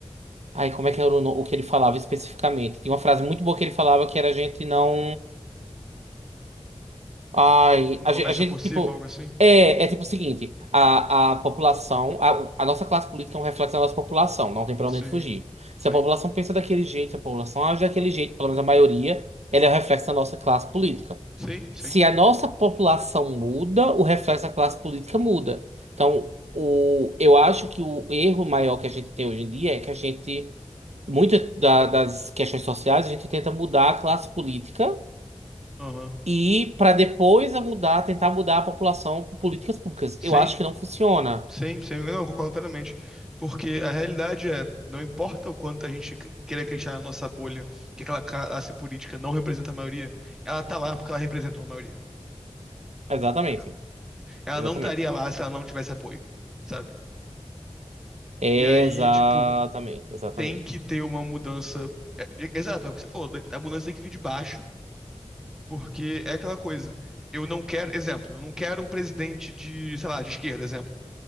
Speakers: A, on the right; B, in the centre.
A: Ai, como é que era o, no- o que ele falava especificamente? Tinha uma frase muito boa que ele falava que era a gente não. Ai,
B: Não
A: a
B: começa
A: gente, a gente
B: por cima,
A: tipo.
B: algo assim?
A: É, é tipo o seguinte: a, a população. A, a nossa classe política é um reflexo da nossa população, não tem pra
B: Sim,
A: onde a gente fugir. Se
B: sim,
A: a população pensa daquele jeito, se a população age daquele jeito, pelo menos a maioria, ela é o reflexo da nossa classe política.
B: sim, sim.
A: Se a nossa população muda, o reflexo da classe política muda. Então, o, eu acho que o erro maior que a gente tem hoje em dia é que a gente. Muitas da- das questões sociais a gente tenta mudar a classe política
B: Aham.
A: e para depois a mudar, tentar mudar a população com políticas públicas.
B: Sim,
A: Eu acho que não funciona.
B: sim, sim. Não, concordo totalmente. Porque a realidade é, não importa o quanto a gente que- queira acreditar na nossa bolha, que aquela classe política não representa a maioria, ela tá lá porque ela representa uma maioria.
A: Exatamente.
B: entendeu? ela
A: Exatamente.
B: não estaria lá se ela não tivesse apoio, sabe?
A: Exatamente.
B: E aí, tipo,
A: Exatamente.
B: tem que ter uma mudança. é- é- Exato, é o que você falou, a mudança tem que vir de baixo, porque é aquela coisa. Eu não quero, exemplo, eu não quero um presidente de, sei lá, de esquerda, exemplo.